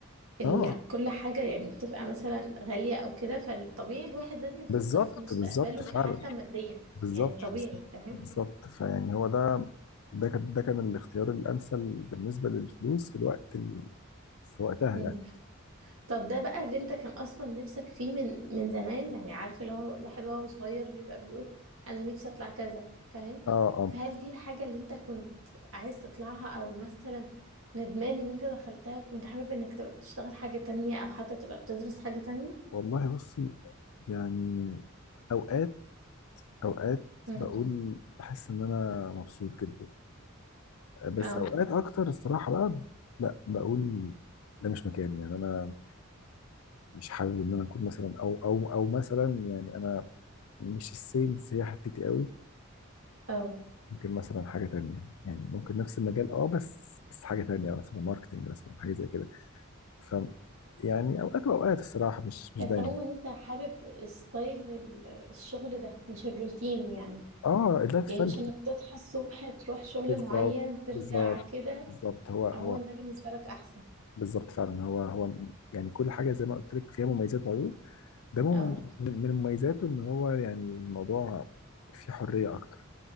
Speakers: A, on the right; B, on the left.
A: ال...
B: اه
A: كل حاجة يعني بتبقى مثلا غالية أو كده فالطبيعي الواحد لازم يفكر
B: بالظبط
A: في مستقبله
B: بالظبط فعلا
A: كحتى ماديا
B: بالظبط
A: يعني طبيعي
B: بالظبط
A: فاهم
B: بالظبط. فيعني هو ده ده كان ده كان الاختيار الامثل بالنسبه للفلوس في الوقت ال... في وقتها
A: مم.
B: يعني
A: طب ده بقى اللي انت كان اصلا نفسك فيه من من زمان يعني عارف اللي هو الواحد وهو صغير بيبقى بيقول انا نفسي اطلع كذا فاهم
B: اه اه
A: فهل دي الحاجة اللي انت كنت عايز تطلعها او مثلا ندمان ان انت دخلتها وكنت حابب انك تبقى بتشتغل حاجة تانية او حتى تبقى بتدرس حاجة تانية
B: والله بصي يعني اوقات اوقات
A: مم.
B: بقول بحس ان انا مبسوط جدا بس
A: اه
B: اوقات اكتر الصراحه بقى لا بقول ده مش مكاني يعني انا مش حابب ان انا اكون مثلا او او او مثلا يعني انا مش السيلز هي حتتي قوي
A: اه
B: ممكن مثلا حاجه تانية يعني ممكن نفس المجال اه بس بس حاجه تانية مثلا ماركتنج مثلا حاجه زي كده ف يعني اوقات واوقات الصراحه مش مش
A: بس
B: دايما
A: عموما انت حابب ستايل ال- الشغل ده مش الروتين يعني
B: اه اللايف
A: يعني
B: ستايل
A: مش انك تصحى الصبح تروح شغل
B: بالظبط
A: معين ترجع
B: بالظبط
A: كده
B: بالظبط هو هو
A: عموما ده بالنسبة لك احسن
B: بالظبط فعلا هو هو يعني كل حاجه زي ما قلت لك فيها مميزات وعيوب ده من
A: اه
B: من مميزاته ان هو يعني الموضوع فيه حريه اكتر